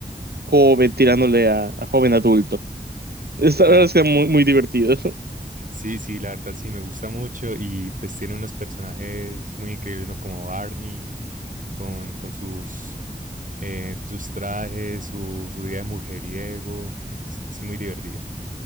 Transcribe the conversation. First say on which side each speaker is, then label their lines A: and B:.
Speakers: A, on the right; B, on the right.
A: joven, tirándole a, a joven adulto. Esta la
B: Claro.
A: verdad es que era muy, muy divertido. <laughs>
B: Sí, sí, la verdad sí me gusta mucho y pues tiene unos personajes muy increíbles, ¿no? Como Barney, con, con sus, eh, sus trajes, su, su vida de mujeriego. <laughs> Es, es muy divertido.